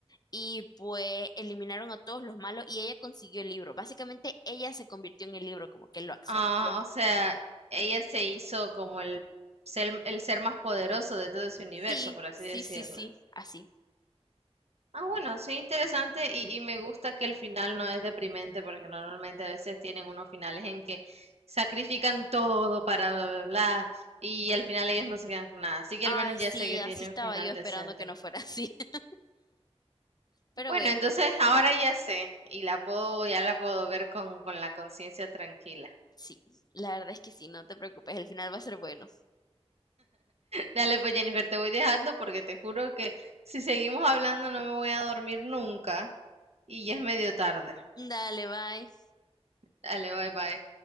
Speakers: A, on the left; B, on the right.
A: y pues eliminaron a todos los malos y ella consiguió el libro. Básicamente ella se convirtió en el libro, como que lo absorbió.
B: Ah, o sea, ella se hizo como el ser, el ser más poderoso de todo ese universo,
A: Sí,
B: por así
A: sí,
B: decirlo.
A: sí, sí, así.
B: Ah, bueno, sí, interesante y, y me gusta que el final no es deprimente porque normalmente a veces tienen unos finales en que sacrifican todo para bla, bla, bla y al final ellos no se quedan con nada. Así que
A: Ay,
B: al menos
A: sí,
B: ya sé que
A: así
B: tiene
A: estaba
B: un final
A: yo esperando
B: decente.
A: que no fuera así. <laughs> Pero
B: Bueno,
A: bueno,
B: entonces ahora ya sé y la puedo, ya la puedo ver con, con la conciencia tranquila.
A: sí, la verdad es que sí, no te preocupes, el final va a ser bueno.
B: Dale, pues Jennifer, te voy dejando porque te juro que si seguimos hablando no me voy a dormir nunca y ya es medio tarde.
A: Dale, bye.
B: Dale, bye bye.